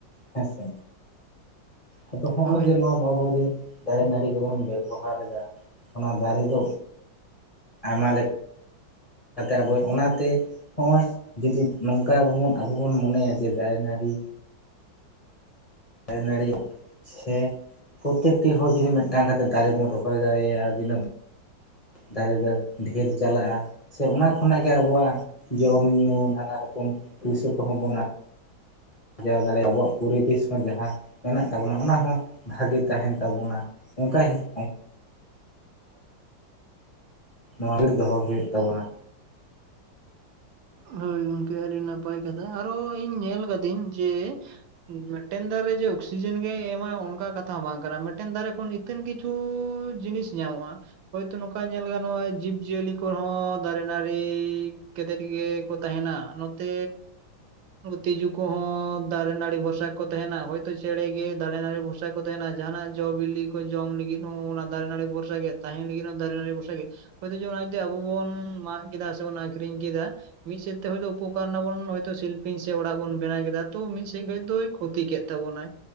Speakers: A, on the left; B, on the right.
A: ᱦᱮᱸᱥᱮ ᱟᱫᱚ ᱦᱚᱜ-ᱚᱭ
B: ᱦᱳᱭ
A: ᱡᱮ
B: ᱦᱳᱭ
A: ᱱᱚᱣᱟ ᱟᱵᱚ ᱜᱮ ᱫᱟᱨᱮ ᱱᱟᱹᱲᱤ ᱜᱮᱵᱚᱱ ᱵᱮᱵᱚᱦᱟᱨ ᱮᱫᱟ ᱚᱱᱟ ᱫᱟᱨᱮ ᱫᱚ ᱟᱭᱢᱟ ᱞᱮᱠᱟ ᱟᱵᱚ ᱚᱱᱟᱛᱮ ᱦᱚᱸᱜ-ᱚᱭ ᱡᱩᱫᱤ ᱱᱚᱝᱠᱟ ᱟᱵᱚ ᱵᱚᱱ ᱢᱚᱱᱮᱭᱟ ᱡᱮ ᱫᱟᱨᱮ ᱱᱟᱹᱲᱤ ᱫᱟᱨᱮ ᱱᱟᱹᱲᱤ ᱥᱮ ᱯᱨᱚᱛᱛᱮᱠᱴᱤ ᱦᱚᱲ ᱡᱩᱫᱤ ᱢᱤᱫᱴᱟᱝ ᱠᱟᱛᱮᱫ ᱫᱟᱨᱮ ᱵᱚᱱ ᱨᱚᱦᱚᱭ ᱫᱟᱲᱮᱭᱟᱜ-ᱟ ᱫᱤᱱᱟᱹᱢ ᱫᱟᱨᱮ ᱫᱚ ᱰᱷᱮᱨ ᱪᱟᱞᱟᱜ-ᱟ᱾ ᱥᱮ ᱚᱱᱟ ᱠᱷᱚᱱᱟᱜ ᱜᱮ ᱟᱵᱚᱣᱟᱜ ᱡᱚᱢ ᱧᱩᱩ ᱱᱟᱱᱟ ᱨᱚᱠᱚᱢ ᱯᱩᱭᱥᱟᱹ ᱠᱚᱦᱚᱸ ᱵᱚᱱ ᱟᱨᱡᱟᱣ ᱫᱟᱲᱮᱭᱟᱜ-ᱟ ᱟᱵᱚᱱ ᱯᱚᱨᱤᱵᱮᱥ ᱦᱚᱸ ᱡᱟᱦᱟᱸ ᱢᱮᱱᱟᱜ ᱛᱟᱵᱚᱱᱟ ᱚᱱᱟ ᱦᱚᱸ ᱵᱷᱟᱜᱮ ᱛᱟᱦᱮᱱ ᱛᱟᱵᱚᱱᱟ ᱚᱱᱠᱟ ᱦᱮᱸ ᱱᱚᱣᱟ ᱜᱮ ᱫᱚᱦᱚ ᱦᱩᱭᱩᱜ ᱛᱟᱵᱚᱱᱟ᱾
B: ᱦᱳᱭ ᱜᱚᱝᱠᱮ ᱟᱹᱰᱤ ᱱᱟᱯᱟᱭ ᱠᱟᱛᱷᱟ, ᱟᱨᱚ ᱤᱧ ᱧᱮᱞ ᱠᱟᱫᱟᱹᱧ ᱡᱮ ᱢᱤᱫᱴᱮᱱ ᱫᱟᱨᱮ ᱨᱮ ᱡᱮ ᱚᱠᱥᱤᱡᱮᱱ ᱜᱮ ᱮᱢᱟ ᱚᱱᱠᱟ ᱠᱟᱛᱷᱟ ᱦᱚᱸ ᱵᱟᱝ ᱠᱟᱱᱟ ᱢᱤᱫᱴᱮᱱ ᱫᱟᱨᱮ ᱠᱷᱚᱱ ᱟᱹᱛᱷᱟᱹᱱ ᱠᱤᱪᱷᱩ ᱡᱤᱱᱤᱥ ᱧᱟᱢᱚᱜ-ᱟ᱾ ᱦᱳᱭᱛᱳ ᱱᱚᱝᱠᱟ ᱧᱮᱞ ᱜᱟᱱ ᱱᱚᱜ-ᱚᱭ ᱡᱤᱵᱽᱡᱤᱭᱟᱹᱞᱤ ᱠᱚᱦᱚᱸ ᱫᱟᱨᱮ ᱱᱟᱹᱲᱤ ᱠᱟᱛᱮᱫ ᱜᱮ ᱛᱟᱦᱮᱱᱟ ᱱᱚᱛᱮ ᱛᱤᱡᱩ ᱠᱚᱦᱚᱸ ᱫᱟᱨᱮ ᱱᱟᱹᱲᱤ ᱵᱷᱚᱨᱥᱟ ᱠᱚ ᱛᱟᱦᱮᱱᱟ ᱦᱳᱭᱛᱚ ᱪᱮᱬᱮ ᱜᱮ ᱫᱟᱨᱮ ᱱᱟᱹᱲᱤ ᱵᱷᱚᱨᱥᱟ ᱵᱚᱨᱥᱟ ᱠᱚ ᱛᱟᱦᱮᱱᱟ ᱡᱟᱦᱟᱱᱟᱜ ᱡᱚ ᱵᱤᱞᱤ ᱠᱚ ᱡᱚᱢ ᱞᱟᱹᱜᱤᱫ ᱦᱚᱸ ᱚᱱᱟ ᱫᱟᱨᱮ ᱱᱟᱹᱲᱤ ᱵᱷᱚᱨᱥᱟ ᱜᱮ ᱛᱟᱦᱮᱱ ᱞᱟᱹᱜᱤᱫ ᱦᱚᱸ ᱫᱟᱨᱮ ᱱᱟᱹᱲᱤ ᱵᱷᱚᱨᱥᱟ ᱜᱮ ᱦᱚᱭᱛᱳ ᱡᱚᱫᱤ ᱚᱱᱟ ᱡᱚᱫᱤ ᱟᱵᱚ ᱵᱚᱱ ᱢᱟᱜ ᱠᱮᱫᱟ ᱥᱮᱵᱚᱱ ᱟᱹᱠᱷᱨᱤᱧ ᱠᱮᱫᱟ ᱢᱤᱫ ᱥᱮᱫ ᱛᱮ ᱦᱚᱭᱛᱳ ᱩᱯᱚᱠᱟᱨ ᱮᱱᱟ ᱵᱚᱱ ᱦᱚᱭᱛᱚ ᱥᱤᱞᱯᱤᱧ ᱥᱮ ᱚᱲᱟᱜ ᱵᱚᱱ ᱵᱮᱱᱟᱣ ᱠᱮᱫᱟ ᱛᱚ ᱢᱤᱫ ᱥᱮᱫ ᱠᱷᱚᱡ ᱫᱚᱭ ᱠᱷᱚᱛᱤ ᱠᱮᱫ ᱛᱟᱵᱚᱱᱟᱭ᱾